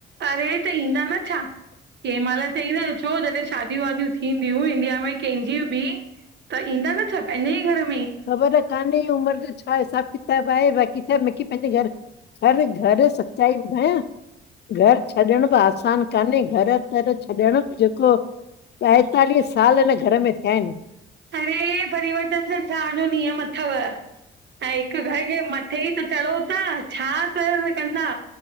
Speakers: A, on the right; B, on the left.
A: अरे त ईंदा न छा? कंहिं महिल त ईंदा न छो ॼॾहिं शादियूं वादियूं थींदियूं इंडिया में कंहिंजी ॿि त ईंदा न छा पंहिंॼे ई घर में
B: ख़ॿर कान्हे उमिर ॼो छा हिसाॿु किताॿु आहे ॿाक़ी छा मिखे पंहिंॼे घर हर घर सच्चाई ॿुधायां घरु छॾणु ॿि आसान कान्हे घरु तर छॾण ॼेको ॿाएतालीह साल हिन घर में थिया हिन।
A: अरे परिवर्तन संसार ॼो नियम अथव। ऐं हिक घर खे मत्थे ई त चढ़ो ता छा कयो हे कंदा।